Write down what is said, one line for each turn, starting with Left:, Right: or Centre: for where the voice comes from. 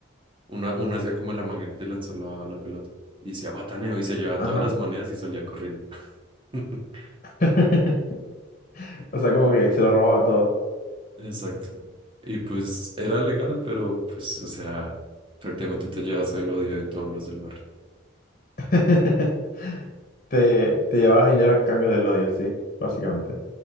Right: uno, uno hacía como el amaguete de lanzar la, la pelota y decía bataneo y se llevaba
Left: ajá.
Right: todas las monedas y salía corriendo. <laughs>
Left: <laughs> O sea, como que se lo robaba todo.
Right: Exacto. Y pues era legal, pero pues, o sea, prácticamente te llevas el odio de todos los del barrio.
Left: <laughs> Te, te llevabas dinero a cambio del odio, sí, básicamente.